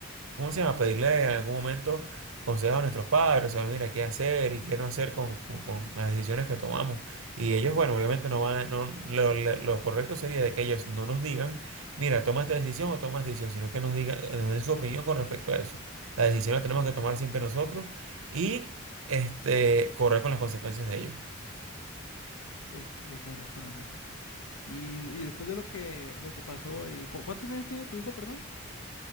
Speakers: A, on the right; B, on the left.
A: ¿Cómo se llama? Pedirle en algún momento consejos a nuestros padres, o mira, qué hacer y qué no hacer con, con- con las decisiones que tomamos. Y ellos, bueno, obviamente no van, a- no, lo, lo- lo correcto sería de que ellos no nos digan, mira, toma esta decisión o toma esta decisión, sino que nos digan, nos den su opinión con respecto a eso. La decisión la tenemos que tomar siempre nosotros y este, correr con las consecuencias de ello
B: Pues creo que tienes razón en eso. Y, y después de lo que, lo que pasó, y, ¿cu- ¿cuántos años tiene tu hijo, perdón?